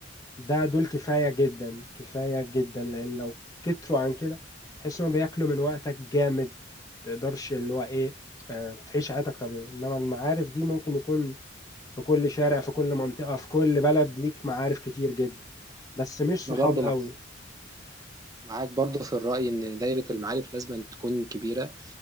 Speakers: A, on the left; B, on the right.
A: ده دول كفاية جدا كفاية جدا لان لو كتروا عن كده تحس انهم بياكلوا من وقتك جامد تقدرش اللي هو ايه اه، تعيش حياتك طبيعي انما المعارف دي ممكن يكون في كل شارع في كل منطقة في كل بلد ليك معارف كتير جدا بس مش صحاب
B: انا برضو
A: قوي
B: مع- معاك برضو في الرأي ان دايرة المعارف لازم تكون كبيرة